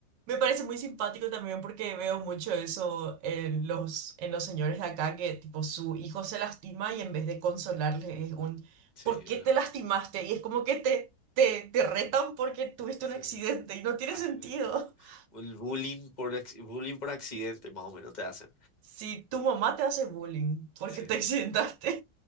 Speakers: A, on the right; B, on the left.
A: Me parece muy simpático también porque veo mucho eso en los, en los señores de acá, que tipo su hijo se lastima y en vez de consolarle es un
B: Sí,
A: ¿por qué
B: el-
A: te lastimaste? Y es como que te, te, te retan porque tuviste
B: sí,
A: un accidente y no tiene
B: así
A: sentido.
B: mismo.
A: <laughs>
B: El bullying por, acc- bullying por accidente, más o menos te hacen.
A: Si tu mamá te hace bullying porque
B: Sí.
A: te accidentaste.